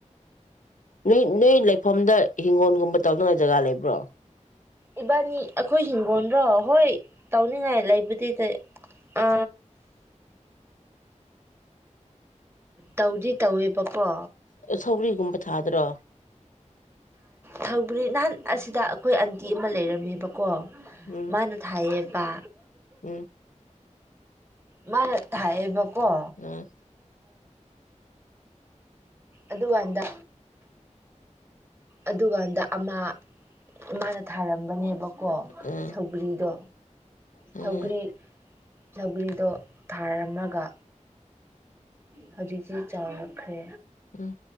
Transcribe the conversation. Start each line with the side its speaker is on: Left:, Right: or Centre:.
Left: ꯅꯣꯏ ꯅꯣꯏ ꯂꯩꯐꯝꯗ ꯍꯤꯡꯒꯣꯜꯒꯨꯝꯕ ꯇꯧꯅꯉꯥꯏ ꯖꯒꯥ ꯂꯩꯕ꯭ꯔꯣ
Right: ꯏꯕꯥꯅꯤ ꯑꯩꯈꯣꯏ ꯍꯤꯡꯒꯣꯟꯜꯗ꯭ꯔꯣ ꯍꯣꯏ ꯇꯧꯅꯤꯡꯉꯥꯏ ꯂꯩꯕꯨꯗꯤꯗꯤ ꯑ ꯇꯧꯗꯤ ꯇꯧꯋꯦꯕꯀꯣ
Left: ꯁꯧꯒꯔꯤꯒꯨꯝꯕ ꯊꯥꯗ꯭ꯔꯣ
Right: ꯊꯧꯕꯔꯤ ꯅꯍꯥꯟ ꯑꯁꯤꯗ ꯑꯩꯈꯣꯏ ꯑꯟꯇꯤ ꯑꯃ ꯂꯩꯔꯝꯃꯦꯕꯀꯣ
Left: ꯎꯝ
Right: ꯃꯥꯅ ꯊꯌꯦꯕ
Left: ꯎꯝ
Right: ꯃꯥ ꯊꯥꯏꯌꯦꯕ ꯀ
Left: ꯎꯝ
Right: ꯑꯗꯨꯀꯥꯟꯗ ꯑꯗꯨꯀꯥꯟꯗ ꯑꯃ ꯃꯥꯥꯅ ꯊꯥꯔꯝꯕꯅꯦꯕ ꯀꯣ
Left: ꯎꯝ
Right: ꯁꯧꯒꯔꯤꯗ
Left: ꯎꯝ
Right: ꯁꯧꯒꯔꯤ ꯆꯧꯒ꯭ꯔꯤꯗꯣ ꯊꯥꯔꯝꯃꯒ ꯍꯧꯖꯤꯛꯁꯤ ꯆꯥꯎꯔꯛꯈ꯭ꯔꯦ
Left: ꯎꯝ